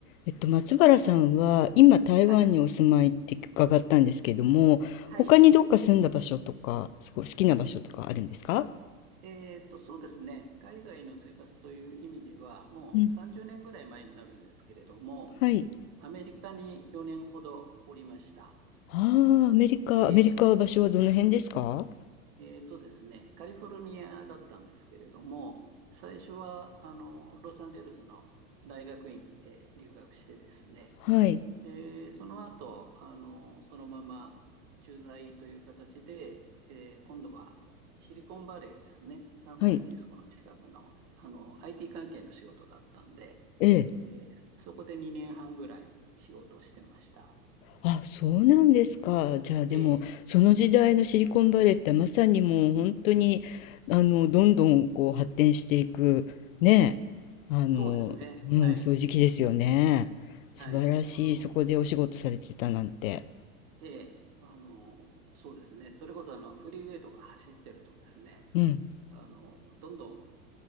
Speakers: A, on the left; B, on the right.
A: えっと、松原さんは今台湾にお住まいって伺ったんですけども、
B: はい、はい。
A: 他にどっか住んだ場所とか、すごい好きな場所とかあるんですか
B: えっと、そうですね。海外の生活という意味では、もう30年ぐらい前になるんですけれども、
A: うん、はい。
B: アメリカに4年ほどおりました。
A: ああ、アメリカ、
B: え
A: アメリカは場所はどの辺ですか
B: っとですね、カリフォルニアだったんですけれども、最初は、あの、ロサンゼルスの大学院へ留学してですね、
A: はい。
B: で、その後、あの、そのまま駐在という形で、えー今度はシリコンバレーですね、サンフランシスコの近くの、
A: はい。
B: あの、IT 関係の仕事だったんで、
A: ええ
B: えーそこで2年半ぐらい仕事をしてました。
A: あ、そうなんですか。じゃあでも、
B: ええ、
A: その時代のシリコンバレーってまさにもう本当に、あの、どんどんこう発展していく、ね、あの、
B: そうですね。
A: うん、
B: はい。
A: そういう時期ですよね。素晴らしい、
B: はい。あの、
A: そこでお仕事されてたなんて。
B: ええ、あの、そうですね。それこそ、あの、フリーウェイとか走ってるとですね、
A: うん、
B: あの、どんどん